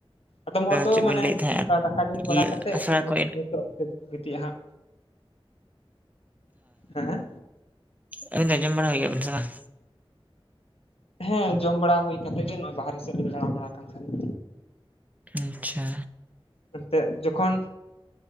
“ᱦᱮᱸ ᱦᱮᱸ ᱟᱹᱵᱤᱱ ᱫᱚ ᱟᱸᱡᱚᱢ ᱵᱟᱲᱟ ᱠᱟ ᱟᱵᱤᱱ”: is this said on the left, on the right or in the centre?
Right